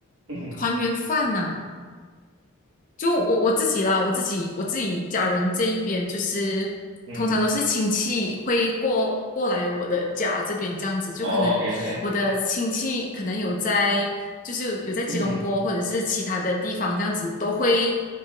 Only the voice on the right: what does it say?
嗯哼，
嗯哼，
哦，OK，OK，
嗯哼，